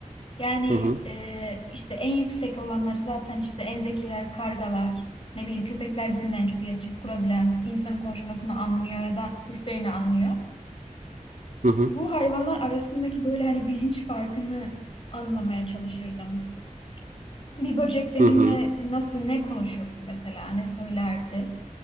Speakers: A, on the left; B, on the right.
A: Yani
B: Hı hı.
A: e, işte en yüksek olanları zaten işte en zekiler, kargalar, ne bileyim köpekler bizimle en çok iletişim kurabilen, insanın konuşmasını anlıyor ya da hislerini anlıyor.
B: Hı hı.
A: Bu hayvanlar arasındaki böyle hani bilinç farkını anlamaya çalışırdım. Bir böcek benimle
B: Hı hı.
A: nasıl ne konuşurdu mesela, ne söylerdi.